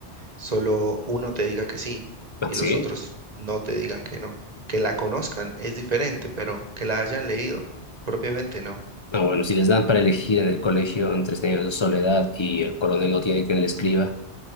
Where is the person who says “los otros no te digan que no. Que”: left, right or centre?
Right